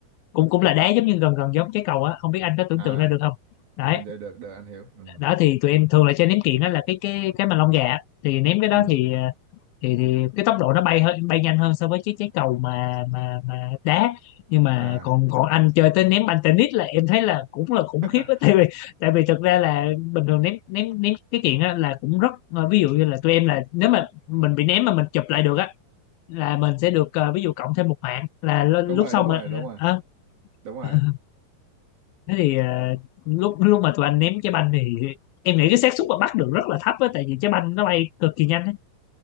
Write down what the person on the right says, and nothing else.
à
à, được được được anh hiểu ừ
ừ
à
<laughs>
đúng
rồi
đúng
rồi đúng rồi
đúng rồi